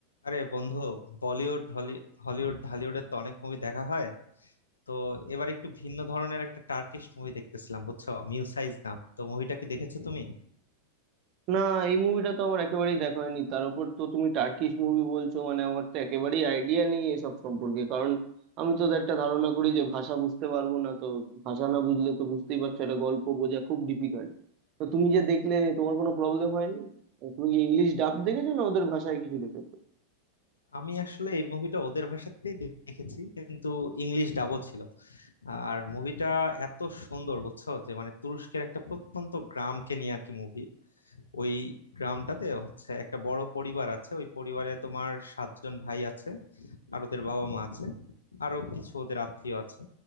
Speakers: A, on the left (about 75°); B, on the right (about 40°).
A: আরে বন্ধু বলিউড হলি হলিউড ঢালিউডের তো অনেক মুভি দেখা হয় তো এবার একটু ভিন্ন ধরনের একটা টার্কিশ মুভি দেখতেছিলাম বুঝছো মিউসাইজ নাম তো মুভিটা কি দেখেছো তুমি
B: না এই মুভিটা তো আমার একেবারেই দেখা হয়নি তার উপর তো তুমি টার্কিশ মুভি বলছো মানে আমার তো একেবারেই আইডিয়া নেই এসব সম্পর্কে কারণ আমি তো একটা ধারণা করি যে ভাষা বুঝতে পারবো না তো ভাষা না বুঝলে তো বুঝতেই পারছো একটা গল্প বোঝা খুব ডিফিকাল্ট তো তুমি যে দেখলে তোমার কোনো প্রবলেম হয়নি তুমি কি ইংলিশ ডাব দেখেছো না ওদের ভাষায় কিছু দেখেছো
A: আমি আসলে এই মুভিটা ওদের ভাষাতেই দেখেছি কিন্তু ইংলিশ ডাবও ছিল আর মুভিটা এত সুন্দর বুঝছো যে মানে তুরস্কের একটা প্রত্যন্ত গ্রামকে নিয়ে আর কি মুভি ওই গ্রামটাতে হচ্ছে একটা বড় পরিবার আছে ওই পরিবারে তোমার সাতজন ভাই আছে আর ওদের বাবা মা আছে আরো কিছু ওদের আত্মীয় আছে